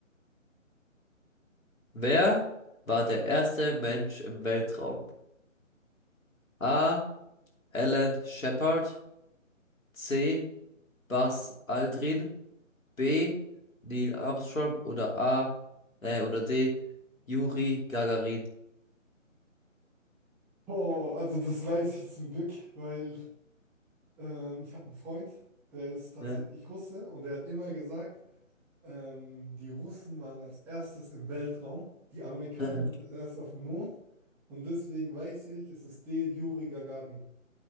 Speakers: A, on the left; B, in the centre.
A: Wer war der erste Mensch im Weltraum? A. Alan Shepard. C. Buzz Aldrin. B. Neil Armstrong oder A. Äh, oder D. Juri Gagarin.
B: Oh, also das weiß ich zum Glück, weil ähm, ich habe einen Freund, der ist tatsächlich
A: Ne?
B: Russe und der hat immer gesagt, Ähm, die Russen waren als erstes im Weltraum, die Amerikaner
A: <laughs>
B: waren erst auf dem Mond und deswegen weiß ich, es ist der Juri Gagarin.